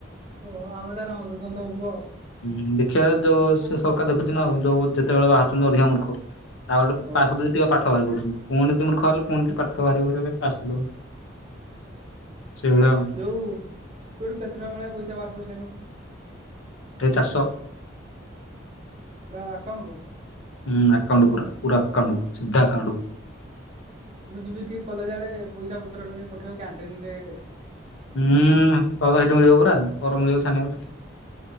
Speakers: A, on the right; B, on the left.
A: ଓହୋ ଆମେ ତାହେଲେ ହନ୍ତସନ୍ତ ହବୁ ଆଉ
B: ହୁଁ ଦେଖିବା ଯୋଉ ସେ ସରକାର ଦେଖୁଛି ନା ଆଉ ଯୋଉ ଯେତେବେଳେ ବାହାରୁଛନ୍ତି ଅଧିକା ମୂର୍ଖ ତାଉ ଗଟେ
A: ଓହୋ
B: ପାସ୍ କରିଦ ଟେ ପାଠ ବାହାରି ପୁଛନ୍ତି ପୁଣି ଯି ମୂର୍ଖ ବାହାରଲେ ପୁଣି ଟ ପାଠ ବାହାରି ପାଇଁ ପାସ୍ବ <unintelligible> ସେଇଭଳିଆ ଆଉ
A: ହଉ ତୁ ଏଠୁ କେତ ଟଙ୍କା ଭଳିଆ ପଇସା ବାହାର କରିସାରିଲୁଣୁ
B: ଟେ ଚାର୍ଷ
A: ପୁରା ଆକାଉଣ୍ଟକୁୁ
B: ହୁଁ ଆକାଉଣ୍ଟ ପୁରା ପୁରା ଆକାଉଣ୍ଟ ସିଧା ଆକାଉଣ୍ଟ
A: ଓ ମୁଁ ଯିବି ଟିକେ କଲେଜ ଆଡେ ପଇସା ପତ୍ର ପଠେଇବ କ୍ୟାଣ୍ଟିନରେ
B: ହୁଁ ତର ସେଇଠି ମିଳିବ ପୁରାଉ ତୋର ମିଳିବ <unintelligible> ଛାନଛି